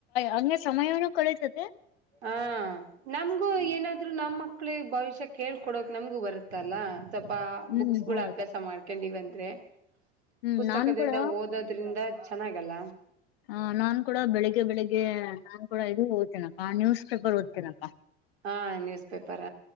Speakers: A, on the left; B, on the right.
A: ಹಂಗ ಸಮಯನೂ ಕಳಿತದೆ
B: ಹ ನಮ್ಗೂ ಏನಾದ್ರು ನಮ್ ಮಕ್ಳಿಗೆ ಭವಿಷ್ಯ ಕೇಳ್ಕೊಡಕ್ ನಮ್ಗು ಬರುತ್ತ ಇತ್ತಲ್ಲ ಸ್ವಲ್ಪ
A: ಹ್ಮ್
B: ಬುಕ್ಸ್ ಗಳ
A: ಹೌದಕ್ಕ
B: ಅಭ್ಯಾಸ ಮಾಡ್ಕೊಂಡವಂದ್ರೆ
A: ಹ್ಮ್
B: ಪುಸ್ತಕದಿಂದ
A: ನಾನ್ ಕೂಡ
B: ಓದದ್ರಿಂದ ಚೆನ್ನಾಗಲ್ಲ
A: ಹ ನಾನ್ ಕೂಡ ಬೆಳಿಗ್ಗೆ ಬೆಳಿಗ್ಗೆ ನಾನ್ ಕೂಡ ಇದು ಓದುತ್ತೇನೆ ಅಕ್ಕಕ್ ನ್ಯೂಸ್ ಪೇಪರ್ ಓದ್ತೀನಕ್ಕ
B: ಹಾ ನ್ಯೂಸ್ ಪೇಪರ್